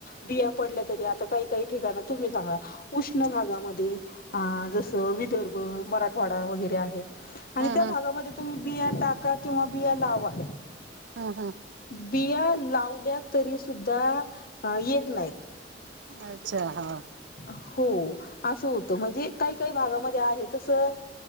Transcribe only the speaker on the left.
बिया पडल्या तरी आता काही काही ठिकाण तुम्ही सांगा उष्ण भागामध्ये अ जसं विदर्भ मराठवाडा वगैरे आहे आणि
त्या
भागामध्ये तुम्ही बिया टाका किंवा बिया लावा
बिया लावल्या तरी सुद्धा येत नाहीत
हो असं होतं म्हणजे काही काही भागामध्ये आहे तसं